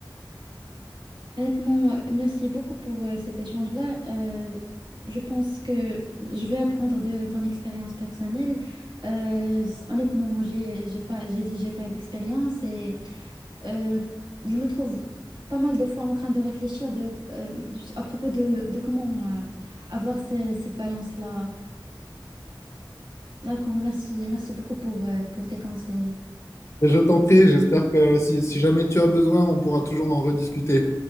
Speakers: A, on the right; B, on the left.
A: Honnêtement, merci beaucoup pour euh, cet échange-là. Euh, je pense que je vais apprendre de ton expérience personnelle. Euh, s- honnêtement, j'ai, j'ai pas, j'ai dit j'ai pas d'expérience et euh, je me trouve pas mal de fois en train de réfléchir de, euh, à propos de, de comment euh, avoir ce- cette balance-là. D'accord, merci, merci beaucoup pour, euh, pour tes conseils.
B: Mais Je t'en prie, j'espère que si, si jamais tu as besoin, on pourra toujours en rediscuter.